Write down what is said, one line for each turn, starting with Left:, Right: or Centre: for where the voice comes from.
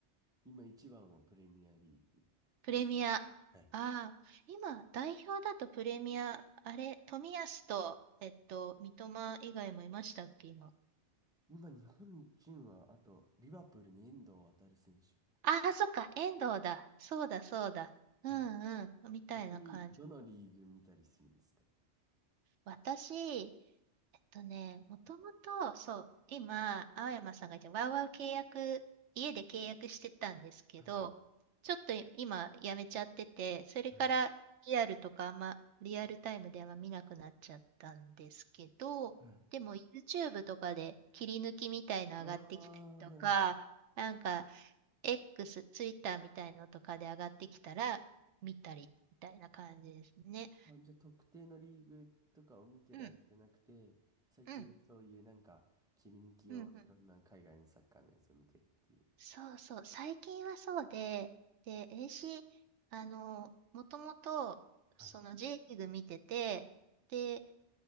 Centre: 今一番はプレミアリーグです。
Right: プレミア。あ
Centre: はい。
Right: あ、今、代表だとプレミア、あれ、冨安と、えっと、三笘以外もいましたっけ、今。
Centre: 今日本人は、あと、リバプールに遠藤航選手。
Right: ああ、そっか、遠藤だ。そうだ、そうだ。うんうん、
Centre: はい。
Right: みたいな感じ。
Centre: 逆に、どのリーグ見たりするんですか
Right: 私、えっとね、もともと、そう、今、青山さんが言って、ワウワウ契約、家で契約してたんですけど、
Centre: はい。
Right: ちょっと今、やめちゃってて、それからリアルとかあんま、
Centre: は
Right: リアルタイムでは見なくなっちゃったんですけど、
Centre: い。はい
Right: でも YouTube とかで切り抜きみたいの上がってきたりとか、
Centre: ああー、はい
Right: なんか X、Twitter みたいのとかで上がってきたら見たりみたいな感じですね。
Centre: あ、じゃあ特定のリーグとかを見てるわけじゃなくて、
Right: うん、
Centre: 最近はそういうなんか切り抜きをいろんな海外のサッカーのやつを見てるっていう。
Right: うん、うん、うん。そうそう、最近はそうで、で、AC、あの、もともと、
Centre: はい。
Right: その J リーグ見てて、で、